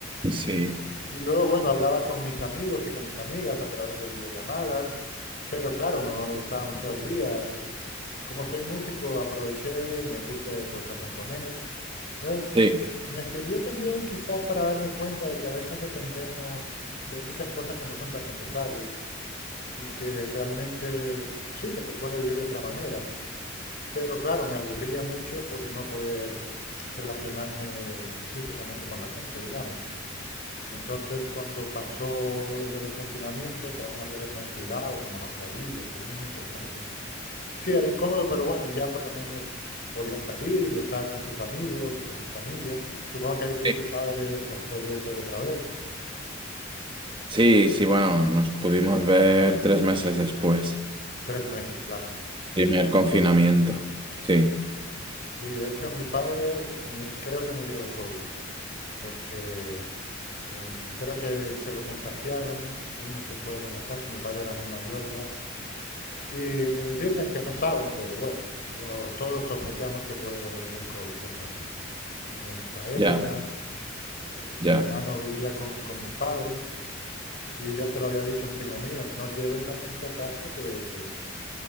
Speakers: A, on the right; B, on the left.
A: sí,
B: y luego, bueno, hablaba con mis amigos y con mis amigas a través de videollamadas, pero claro, no estábamos todo el día y como soy músico aproveché y me puse pues a componer. Entonces,
A: sí,
B: me sirvió también quizás para darme cuenta de que a veces dependemos de muchas cosas que no son tan necesarias y que realmente sí que se puede vivir de otra manera, pero claro, me aburría mucho por no poder relacionarme físicamente con la gente, digamos. Entonces, cuando pasó lo del confinamiento, que aún había que tener cuidado con la mascarilla, estuvimos muchos meses. Sí, era incómodo, pero bueno, ya por lo menos podías salir y estar con tus amigos y con tu familia. Supongo que ahí tú
A: sí,
B: y tu padre os podríais ver otra vez.
A: sí, sí, bueno, nos pudimos ver tres meses después,
B: Tres meses, claro.
A: primer confinamiento. Sí,
B: Sí, de hecho, mi padre eh, creo que murió de COVID, porque eh, creo que se lo contagiaron unos que fueron acá, si mi padre era muy mayor ya, Y eh, dicen que no saben, pero bueno, yo, todos sospechamos que fue el COVID que lo mató. Fue en esa época,
A: ya,
B: eh,
A: ya,
B: mi hermano vivía con, con mis padres y ya se lo había dicho un primo mío, no lleves a gente a casa que, que